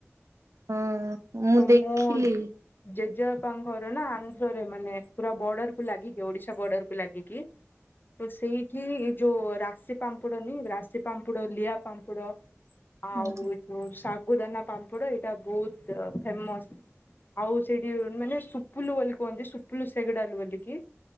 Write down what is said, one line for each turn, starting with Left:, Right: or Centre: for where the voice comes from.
Right: ହଁ। ମୁଁ
Left: <unintelligible>
Right: ଦେଖିଲି।
Left: ଜେଜେବାପାଙ୍କ ଘର ନା ଆନ୍ଧ୍ରରେ ମାନେ ପୁରା ବର୍ଡରକୁୁ ଲାଗିକି ଓଡିଶା ବର୍ଡର କୁ ଲାଗିକି ତ ସେଇଠି ଯୋଉ ରାଶି ପାମ୍ପଡନି ରାଶି ପାମ୍ପଡ ଲିଆ ପାମ୍ପୁଡ
Right: ଓହୋ।
Left: ଆଉ ଏ ଯୋଉ ଶାଗୁଦାନା ପାମ୍ପଡ ଏଇଟା ବହୁତ ଫେମସ। ଆଉ ସେଠି ମାନେ ସୁପୁଲୁ ବୋଲି କୁହନ୍ତି ସୁପୁଲୁ ସେଗଡାଲ ବୋଲିକି।